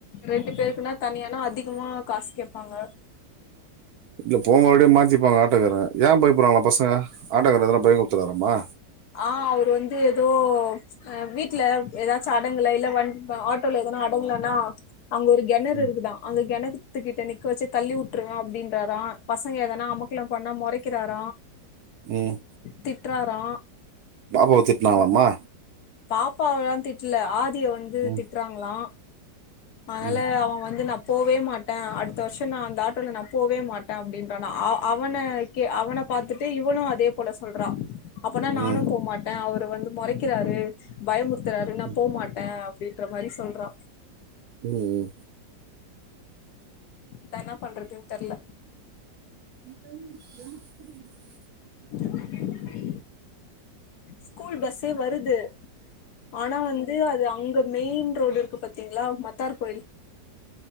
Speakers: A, on the left; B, on the right.
A: ரெண்டு பேருக்குன்னா தனியா இல்ன்ன அதிகமா காசு கேப்பாங்க
B: இங்கபோங்கபடியே மாத்திப்பாங்க ஆட்டைக்காரங்க ஏன் போய போடுறாங்களா பசங்க ஆட்டக்காரன பையங்க கூடுத்துடுறாரமா
A: ஆஹ் அவரு வந்து ஏதோஹ் வீட்ல ஏதாச்சும் அடங்கல இல்ல வண்ட ஆட்டோல எதனா அடங்கலன்னா அங்க ஒரு கிணறு
B: ம்
A: இருக்குதான் அங்க கிண குத்துக்கிட்ட நிக்க வச்சு தள்ளி வுட்டுருவேன் அப்படின்றாரா பசங்க எதனா அமக்கலாம் பண்ணா முறைக் க்கிறார
B: உம்
A: தி்ட்டுறாரா
B: பாப்பாவ திட்டுனாராமா
A: பாப்பாவல்லாம் திட்டுல ஆ இங்க வந்து
B: ம்
A: திட்டுறாங்லா மனல
B: ம்
A: அவன் வந்து நான் போவே மாட்டேன் அடுத்த வருஷம் நான் அந்த ஆட்டோல நான் போவே மாட்டேன் அப்படின்றானா அந்த ஆட்டோவில் போவ மாட்டலா அவனை கே அவனை பாத்துட்டு இவனும் அதே போல சொல்றான் அப்பனான் நானும்
B: ம்
A: போ மாட்டே அவர் வந்து முறைக்கிறாரு பயமுத் பயமுறுத்துராரு நான்
B: ம்
A: போ மாட்டேன் அப்படின்ற மாரி சொல்றா
B: உம்
A: நான் என்ன பண்றதுன்னு தெர்ல
B: <inaudible>
A: மாரி அந்த பை ஸ்கூல் பஸ்ஸே வருது ஆனா வந்து அது அங்க மெயின் ரோடு பாத்தீங்களா மத்தார் கோயில்